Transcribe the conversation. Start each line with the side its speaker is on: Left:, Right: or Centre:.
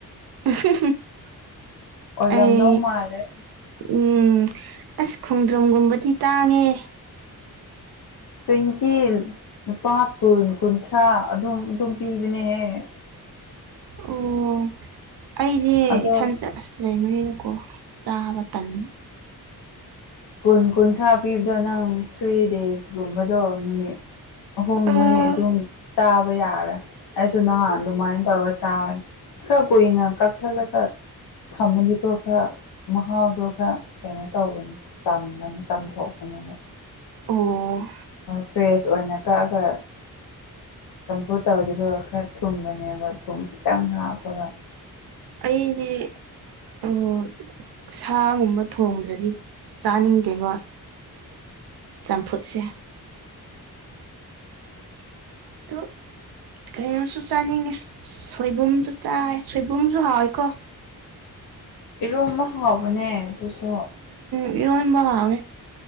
Right: <unintelligible>
Left: ꯑꯣꯏꯔꯝꯗꯧ
Right: ꯑꯩ
Left: ꯃꯥꯜꯂꯦ
Right: ꯎꯝ ꯑꯁ ꯈꯣꯡꯗ꯭ꯔꯝꯒꯨꯝꯕꯗꯤ ꯇꯥꯡꯉꯦ
Left: ꯇ꯭ꯋꯦꯟꯇꯤ ꯂꯨꯄꯥ ꯀꯨꯟ ꯀꯨꯟꯊ꯭ꯔꯥ ꯑꯗꯨꯝ ꯑꯗꯨꯝ ꯄꯤꯕꯅꯦꯍꯦ <unintelligible>
Right: ꯑꯣ ꯑꯩꯁꯦ
Left: ꯑꯗꯣ
Right: ꯏꯊꯟꯇ ꯑꯁ ꯂꯩꯕꯅꯤꯅꯀꯣ ꯆꯥꯎꯕꯇꯟ
Left: ꯀꯨꯟ ꯀꯨꯟꯊ꯭ꯔꯥ ꯄꯤꯕꯗꯣ ꯅꯪ ꯊ꯭ꯔꯤ ꯗꯦꯖꯀꯨꯝꯕꯗꯣ ꯅꯨꯃꯤꯠ ꯑꯍꯨꯝ
Right: ꯑꯣ
Left: ꯃꯔꯤ ꯑꯗꯨꯝ ꯆꯥꯕ ꯌꯥꯔꯦ ꯑꯩꯁꯨ ꯅꯍꯥꯟ ꯑꯗꯨꯃꯥꯏꯅ ꯇꯧꯔꯒ ꯆꯥꯕꯅꯤ ꯀꯣꯏꯅ ꯀꯥꯛꯁꯂꯒꯥ ꯊꯝꯃꯗꯤꯀꯣ ꯈꯔ ꯃꯍꯥꯎꯗꯣ ꯈꯔ ꯀꯩꯅꯣ ꯇꯧꯕꯅꯤ ꯆꯝꯕꯅꯤ ꯆꯥꯝꯊꯣꯛꯄꯅꯦꯅ
Right: ꯑꯣ
Left: ꯐ꯭ꯔꯦꯁ ꯑꯣꯏꯅ ꯀꯛꯑꯒ ꯆꯝꯐꯨ ꯇꯧꯔꯗꯤꯒ ꯈꯔ ꯊꯨꯝꯕꯅꯦꯕ ꯊꯨꯝ ꯈꯤꯇꯪ ꯍꯥꯞꯄꯒ
Right: ꯑꯩꯗꯤ ꯑꯣ ꯑꯣ ꯁꯥꯒꯨꯝꯕ ꯊꯣꯡꯗ꯭ꯔꯗꯤ ꯆꯥꯅꯤꯡꯗꯦꯕꯣ ꯆꯝꯐꯨꯁꯦ <unintelligible> ꯀꯩꯅꯣꯁꯨ ꯆꯥꯅꯤꯡꯉꯦ ꯁꯣꯏꯕꯨꯝꯁꯨ ꯆꯥꯏ ꯁꯣꯏꯕꯨꯝꯁꯨ ꯍꯥꯎꯋꯦꯀꯣ
Left: ꯏꯔꯣ ꯑꯃ ꯍꯥꯎꯕꯅꯦ ꯑꯗꯨꯁꯨ
Right: ꯍꯔꯣ ꯑꯣꯏꯅ ꯃꯦ